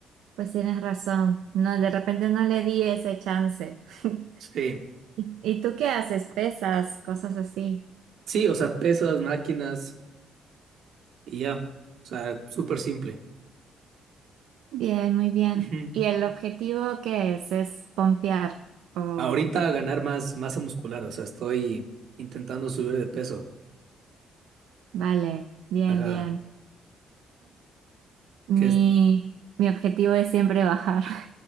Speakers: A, on the right; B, on the right.
A: pues tienes razón. No, de repente no le di ese chance.
B: Sí,
A: <laughs> ¿Y y tú qué haces? Pesas, cosas así.
B: sí, o sea, pesas, máquinas y ya. O sea, súper simple.
A: Bien, muy bien.
B: Ujú.
A: ¿Y el objetivo qué es? ¿Es pompear? O,
B: Ahorita ganar más masa muscular, o sea, estoy intentando subir de peso.
A: vale, bien,
B: Ajá,
A: bien. Mi,
B: que es-
A: mi objetivo es siempre bajar. <laughs>